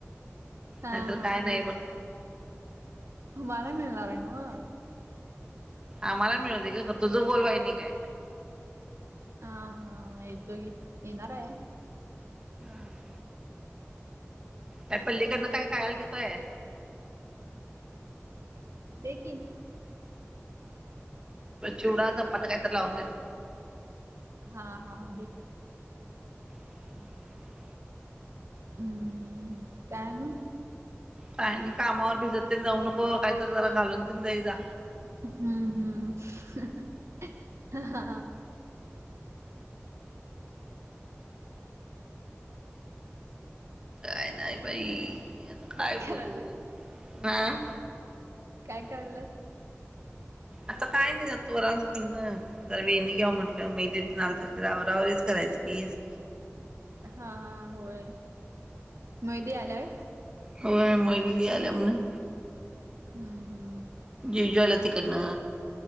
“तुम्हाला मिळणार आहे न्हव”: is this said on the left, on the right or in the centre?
Right